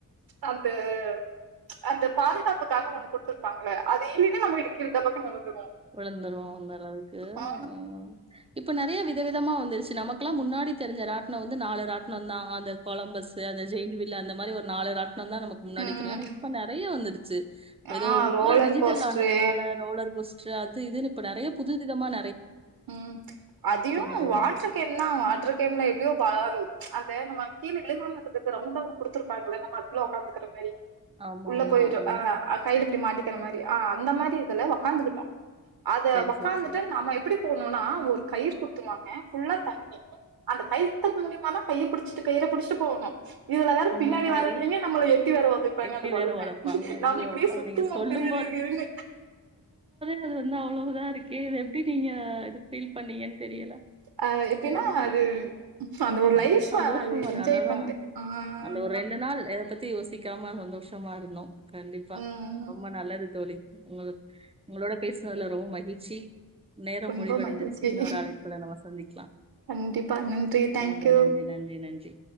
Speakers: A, on the right (about 80°); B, on the right (about 15°).
A: அந்த ப்ச் அந்த பாதுகாப்புக்காக ஒன்னு கொடுத்துரு இருப்பாங்கல்ல அது இல்லினா நம்ம இடுக்கிறத டபக்குனு விழுந்துருவோ
B: விழுந்துரு அந்த அளவுக்கு
A: ஆ
B: ஹ் இப்போ நிறையா வித விதமா வந்துருச்சு நமக்கெல்லா முன்னாடி தெரிஞ்ச ராட்டிணொ வந்து நாலு ராட்டிணொதா அந்த கொலம்பஸ்சு அந்த ஜெயின் வில் அந்த மாரி ஒரு நாலு ராட்- வந்தா நமக்கு முன்னாடி
A: ம்
B: தெரியு ஆனா இப்ப நெறயா வந்துருச்சு சே எதோ
A: ஆ
B: ஃபுல்லா
A: ரோலர்
B: டிஜிட்டல்
A: கோஸ்ட்ரு
B: ஆனதுனால ரோலர் கோஸ் அது இதுன்னு இப்போ நெறயா புது விதமான
A: ம் ச் அதையு
B: நெறைய
A: வாட்ட்ரு கேம்னா வாட்ட்ரு கேம்ல எப்படியோ வராது ப்ச் அந்த நம்ம கீழ விழுகாம இருகிறதுக்கு ரவுண்டா குடுத்துருப்பாங்கல்ல நம்ம அதுகுள்ள உக்காந்துக்கிற மாரி
B: ஆமாமா.
A: உள்ள போயிரு
B: ம்.
A: ஆஹ் கைல அப்படி மாட்டிக்கிற மாரி ஆஹ் அந்த மாதிரி இதுல உக்காந்துக்கிட்டோ அத
B: சரி,
A: உக்காந்துட்டு
B: சரி, சரி.
A: நாம எப் ப்டி போணுனா ஒரு கயிறு குடுத்துருவாங்க ஃபுல்லா தண்ணி அந்த கயித்துக்கு மூலியமாதா கையை புடிச்சிட்டு கயிற புடிச்சிட்டு போகணு இதுல வேற
B: அந்த
A: பின்னாடி
B: மாதிரி
A: வர்ரவீங்க நம்மள எட்டி வேற ஒதைப்பாங்க
B: எட்டி
A: அந்த பலூன
B: வேற உதைப்பாங்க ஐயோ
A: நாம இப்படியே
B: அப்பா
A: சுத்துவோ
B: நீங்க சொல்லும்
A: கிறு கிறு‌ கிறுனு
B: து வந்து அவ்ளவுதா இருக்கு எப்டி நீங்க இது ஃபீல் பண்ணீங்கன்னு தெரியல
A: அஹ் எப்படினா
B: சரி தோழி
A: அது அந்த ஒரு
B: ரொம்ப
A: லைஃப்
B: சந்தோஷம்
A: அது
B: வரும்
A: என்ஜாய்
B: அதான்
A: பண்ணிட்டு ஆஹ்
B: அந்த ஒரு ரெண்டு நாள் எப் எத பத்தி யோசிக்காம சந்தோஷமா இருந்தோ கண்டிப்பா
A: ம்
B: ரொம்ப நல்லது தோழி உங்க உங்களோட பேசினதுல ரொம்ப மகிழ்ச்சி நேரம்
A: ரொம்ப
B: முடிவடைந்துச்சு
A: மகிழ்ச்சி
B: இன்னொரு அழைப்புல நம்ம சந்திக்கலா
A: கண்டிப்பா தேங்க்யூ
B: நன்றி நன்றி நன்றி நன்றி